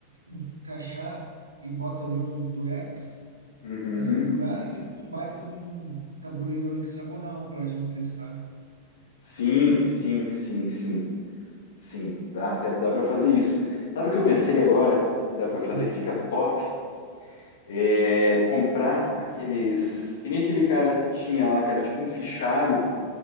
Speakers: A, on the right; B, on the left.
A: encaixar e bota ali um durex
B: uhum.
A: para segurar e fica com um baita de um tabuleirão hexagonal para a gente testar.
B: Sim, sim, sim, sim. Sim, dá até dá para fazer isso. Sabe o que eu pensei agora que dá para fazer
A: Hum,
B: que fica top? É comprar aqueles que nem aquele cara tinha lá, que era tipo um fichário